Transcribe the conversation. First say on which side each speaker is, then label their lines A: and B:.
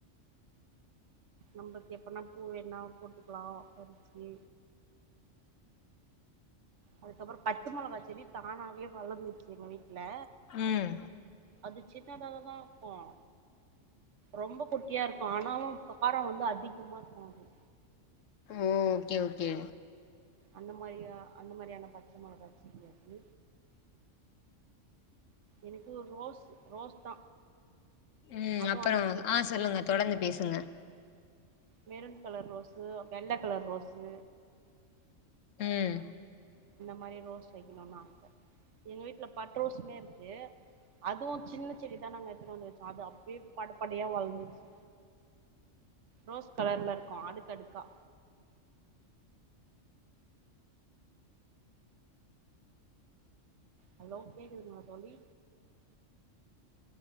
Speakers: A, on the right; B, on the left.
A: நம்பளுக்கு எப்பனா பூ வேண்ணா போட்டுக்கலா பறிச்சு அதுக்கப்றோ பச்ச மொளகா செடி தானாவே வளந்துச்சு எங்க வீட் ல
B: ம்
A: அது சின்னதாகதா இருக்கும் ரொம்ப குட்டியா இருக்கும் ஆனாலும் அ காரம் வந்து அதிகமா இருக்கும் அது
B: ஓ ஓகே -ஓகே
A: அந்த மாதிரியா அந்த மாதிரியான பச்சை மிளகாயச் செடி அது எனக்கு ரோஸ் ரோஸ் தா
B: உம்
A: அதுவு
B: அப்புறோ
A: அந்த
B: ஆஹ் சொல்லுங்க தொடர்ந்து பேசுங்க
A: மெருன் கலர் ரோசு வெள்ள கலர் ரோசு
B: உம்
A: மாரி ரோஸ் வைக்கணுன்னு ஆச எங்க வீட்ல பட்டு ரோசுமே இருக்கு அதுவு சின்ன செடிதா நாங்க எடுத்துட்டு வந்து வச்சோ அது அப்டியே படப்படயா வளந்துர்ச்சு ரோஸ் கலர்ல இருக்கும் அடுக்கு அடுக்கா ஹலோ கேக்குதுங்களா தோழி